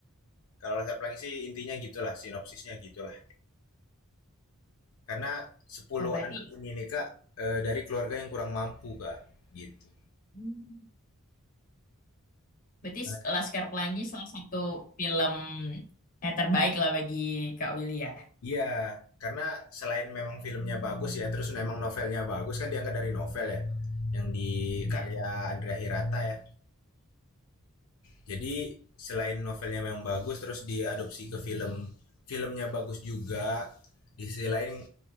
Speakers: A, on the left; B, on the left.
A: Kalau latar pelangi sih intinya gitulah, sinopsisnya gitulah. Karena 10
B: Oh, berarti
A: anak ini nih Kak eh, dari keluarga yang kurang mampu Kak, gitu.
B: Hmm. berarti
A: Karena kan
B: Laskar Pelangi salah satu film eh, terbaik lah bagi Kak Willy ya.
A: Iya, karena selain memang filmnya bagus ya, terus memang novelnya bagus kan diangkat dari novel ya, yang di
B: Ya.
A: karya Andrea Hirata ya. Jadi selain novelnya memang bagus terus diadopsi ke film, filmnya bagus juga. Di sisi lain